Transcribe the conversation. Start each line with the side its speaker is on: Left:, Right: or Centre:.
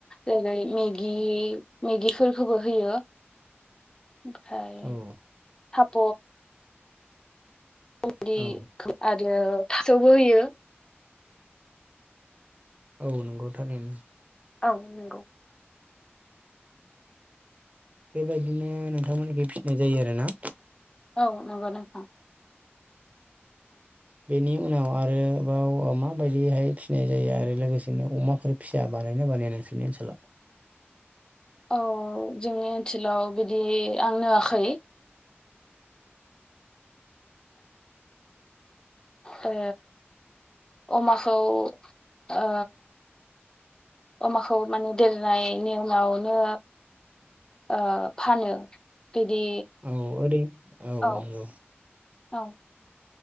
Left: जेरै मेगि मेगिफोरखौबो होयो ओमफ्राय
Right: औ
Left: फाप गुन्दै
Right: औ
Left: आरो थास'बो होयो
Right: औ नंगौथारैनो
Left: औ नंगौ
Right: बेबायदिनो नोंथांमोननिखै फिसिनाय जायो आरोना
Left: औ नंगौ नोंथां
Right: बेनि उनाव आरोबाव माबायदिहाय फिसिनाय जायो आरो लोगोसेनो अमाफोर फिसियाबा बानायोना बानाया नोंसोरनि ओनसोलाव
Left: औ जोंनि ओनसोलाव बिदि आं नुवाखै ए अमाखौ ओ अमाखौ माने देरनायनि उनावनो ओ फानो बिदि
Right: औ ओरै औ
Left: औ-औ
Right: नंगौ